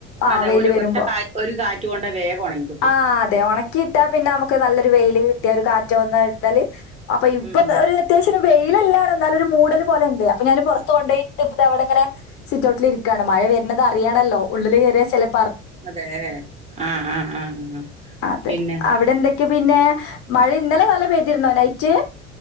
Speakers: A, on the left (about 45°); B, on the right (about 20°).
A: ആ
B: അതെ
A: വെയില്
B: ഒരു
A: വരുമ്പോ
B: ഒറ്റ കാ ഒരു കാറ്റ് കൊണ്ട വേഗം ഉണങ്ങിക്കിട്ടും
A: ആഹ് അതെ ഉണക്കി ഇട്ടാ പിന്നെ നമുക്ക് നല്ലൊരു വെയില് കിട്ടിയ ഒരു കാറ്റ വന്ന ഇട്ടാല് അപ്പൊ ഇപ്പൊ
B: ഉം
A: ഒരു അത്യാവശ്യം വെയിലല്ലാ എന്നാലും മൂടൽ പോലെണ്ട് അപ്പൊ ഞാൻ പുറത്തു കൊണ്ടോയി ഇപ്പത്തെ അവിടെങ്ങനെ സിറ്റോട്ടിൽ ഇരിക്കുവാണ് മഴ വരുന്നത് അറിയാണല്ലോ ഉള്ളിൽ കയറിയ ചിലപ്പേ
B: അതെ ആഹ് ആഹ് ആഹ് ആഹ്
A: അതെ
B: പിന്നെ
A: അവിടെ എന്തൊക്കെയ പിന്നെ മഴ ഇന്നലെ നല്ല പെയ്തിരുന്നോ നെറ്റ്